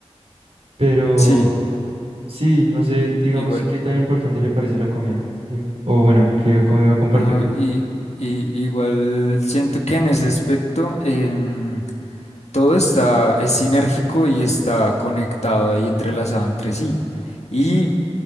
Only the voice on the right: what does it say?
pero
sí, no sé, digamos,
qué tan importante le parece la comida, digamos, o bueno, que cómo iba a compartir.